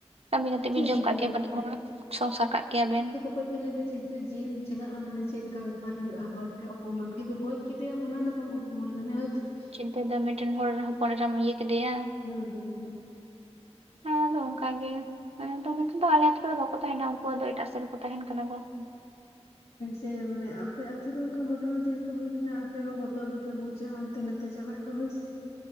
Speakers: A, on the right; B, on the left.
A: ᱠᱟᱹᱢᱤ ᱠᱟᱛᱮᱜ
B: ᱪᱮᱫ
A: ᱵᱤᱱ ᱡᱚᱢ
B: ᱪᱤᱠᱟᱹ
A: ᱠᱟᱜ ᱠᱮᱭᱟ
B: ᱠᱚᱜ
A: ᱵᱟᱱᱟ ᱦᱚᱲ, ᱥᱚᱝᱥᱟᱨ ᱠᱟᱜ ᱠᱮᱭᱟ ᱵᱮᱱ᱾
B: ᱛᱚᱜ ᱫᱚᱭ ᱞᱟᱹᱭ ᱫᱟ ᱡᱮᱦᱚᱛᱩ ᱡᱮᱞᱤᱧ ᱪᱟᱞᱟᱜ-ᱟ ᱢᱟᱱᱮ ᱡᱮᱞ ᱠᱟ ᱵᱮᱯᱟᱨ ᱦᱩᱭᱩᱜᱼᱟ ᱦᱚᱲ ᱴᱷᱮᱡ ᱚᱯᱚᱢᱟᱱ ᱠᱤᱱᱛᱩ ᱜᱚᱡ ᱠᱮᱫᱮᱭᱟᱭ ᱚᱱᱟ ᱫᱚ ᱵᱟᱝ ᱚᱯᱚᱢᱟᱱ ᱞᱮᱱᱟ ᱦᱚᱭ ᱪᱮ ᱾
A: <unintelligible> ᱫᱚ ᱢᱤᱫᱴᱮᱱ ᱦᱚᱲ ᱦᱚᱯᱚᱱ ᱮᱨᱟᱢ ᱤᱭᱟᱹ ᱠᱮᱫᱮᱭᱟ᱾
B: ᱦᱩᱸ ᱦᱩᱸ ᱦᱩᱸ
A: ᱦᱮᱸ ᱟᱫᱚ ᱚᱱᱠᱟ ᱜᱮ ᱱᱚᱛᱮ ᱫᱚ ᱟᱞᱮ ᱟᱛᱳ ᱨᱮᱫᱚ ᱵᱟᱠᱚ ᱛᱟᱦᱮᱱᱟ ᱩᱱᱠᱩ ᱫᱚ ᱮᱴᱟᱜ ᱥᱮᱫ ᱨᱮᱠᱚ ᱛᱟᱦᱮᱱ ᱠᱟᱱᱟ ᱠᱚ <inaudible>
B: ᱡᱮ ᱢᱟᱱᱮ ᱟᱯᱮ ᱟᱛᱩ ᱨᱮ ᱚᱱᱠᱟ ᱜᱷᱚᱴᱚᱱᱟ ᱡᱮᱦᱮᱛᱩ ᱦᱩᱭ ᱠᱟᱱᱟ ᱟᱯᱮ ᱦᱚᱸ ᱵᱚᱛᱚᱨ ᱜᱮᱯᱮ ᱵᱩᱡᱟ᱾ ᱛᱮ ᱱᱚᱛᱮ ᱪᱟᱞᱟᱜ ᱠᱚ ᱦᱟᱭ ᱥᱮ